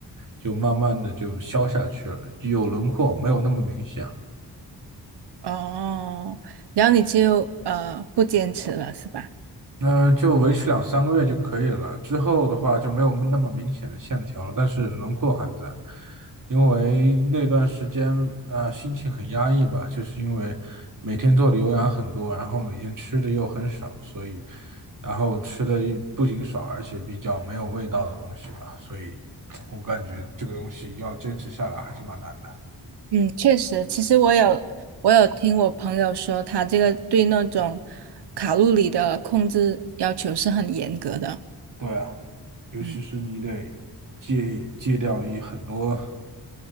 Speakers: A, on the right (about 50°); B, on the right (about 80°).
A: 就慢慢的就消下去了，就有轮廓，没有那么明显了。
B: 哦，然后你就呃不坚持了，是吧？
A: 嗯、就维持两三个月就可以了。之后的话就没有那么明显的线条了，但是轮廓还在。因为那段时间啊、心情很压抑吧，就是因为每天做的有氧很多，然后每天吃的又很少，所以然后吃的不仅少，而且比较没有味道的东西吧，所以我感觉这个东西要坚持下来还是蛮难的。
B: 嗯，确实，其实我有我有听我朋友说，他这个对那种卡路里的控制要求是很严格的。
A: 对啊，尤其是你得戒戒掉一很多。
B: 嗯，